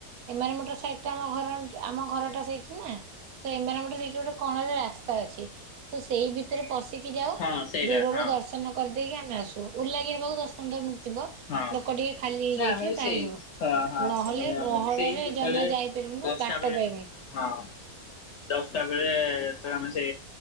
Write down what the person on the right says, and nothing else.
ଏମାର ମଠ ସାଇଟଟା ଆମ ଘର ଆମ ଘରଟା ସେଇଠି ନା। ତ ଏମାର ମଠ ସେଇଠି ଗୋଟେ କଣରେ ରାସ୍ତା ଅଛି ତ ସେଇ ଭି ଭିତରେ ପଶିକି ଯାଉ
ଦୂରରୁ
ଦର୍ଶନ କରିଦେଇକି ଆମେ ଆସୁ ଓଲାଗି ହେବାକୁ ଦଶ ପନ୍ଦର ମିନିଟ୍ ଥିବ।
ଲୋକ ଟିକେ ଖାଲି ହେଇଯାଇଥିବେ
ତାହେଲେ
ଯିବୁ।
ନହେଲେ
ଗହଳରେ
ଜମା ଯାଇପାରିବୁନୁ
ବାଟ
ପାଇବୁନୁ।